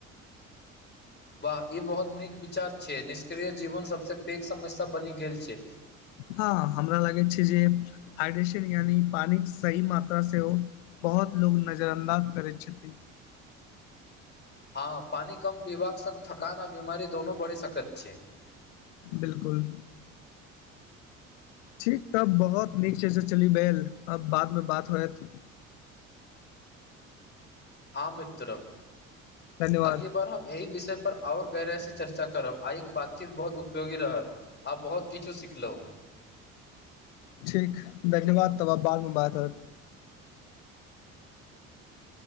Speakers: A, on the left; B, on the left.
A: वाह ई बहुत नीक विचार छै निष्क्रिय जीवन सभसँ पैघ समस्या बनि गेल छै।
B: हँ हमरा लागैत छै जे हाइड्रेशन यानि पानिक सही मात्रा बहुत लोग नजर अन्दाज करै छथिन।
A: हँ पानि कम पीबाक संघ थकान आ बीमारी दुनू बढ़ि सकैत छै।
B: बिल्कूल ठीक तब बहुत नीक छै से चली भेल अब बाद मे बात होयत
A: हँ मित्र
B: धन्यवाद
A: अगी बार हम एहि विषय पर आओर गहराइसँ चर्चा करब आइ के बातचीत बहुत उपयोगी रहल आ बहुत किछु सिखलहुँ
B: ठीक धन्यवाद तबाब बाद मे बायत।